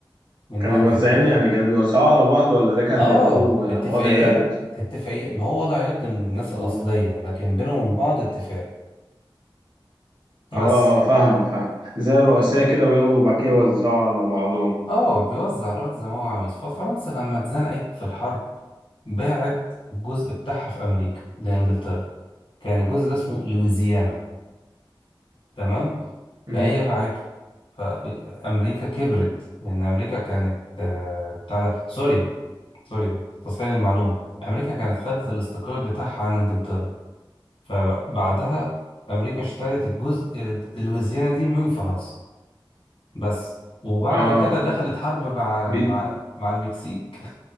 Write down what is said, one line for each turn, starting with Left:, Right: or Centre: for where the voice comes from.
Left: منها
Right: كانوا موزعين
Left: كانت مت...
Right: يعني كانوا بيوزعوا على بعض ولا ده كان
Left: اه
Right: بياخدوه
Left: اتفاقيات
Right: وضع يد
Left: اتفاقيات ما هو وضع يد من الناس
Right: تفاهمين
Left: الاصلية لكن بينهم بعض اتفاق
Right: اه
Left: بس
Right: اه فاهمك فاهم زي رؤساء كده وياخدوا وبعد كده يوزعوا على بعضهم
Left: اه بيوزع الارض زي ما هو عاوز ففرنسا لما اتزنقت في الحرب باعت الجزء بتاعها في امريكا لانجلترا كان الجزء ده اسمه لويزيانا تمام
Right: امم
Left: فهي باعته فامريكا كبرت لان امريكا كانت آه، بتاع ده سوري سوري تصحيح المعلومه امريكا كانت خدت الاستقلال بتاعها عن انجلترا فبعدها امريكا اشترت الجزء لويزيانا دي من فرنسا بس وبعد
Right: اه
Left: كده دخلت حرب مع
Right: بي...
Left: مع مع المكسيك